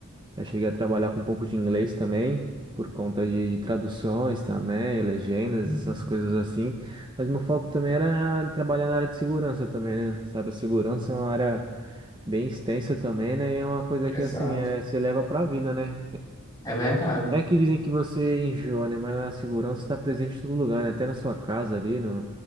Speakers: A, on the right (about 20°); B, on the left (about 15°).
A: já cheguei a trabalhar com um pouco de inglês também, por conta de, de traduções também, legendas,
B: Uhum.
A: essas coisas assim. Mas meu foco também era trabalhar na área de segurança também, né? Sabe, a segurança é uma área bem extensa também, né? E é uma coisa
B: Exato.
A: que, assim, é, você leva pra vida, né?
B: É verdade.
A: É que dizem que você enjoa, né? Mas a segurança está presente em todo lugar, né? Até na sua casa ali, no,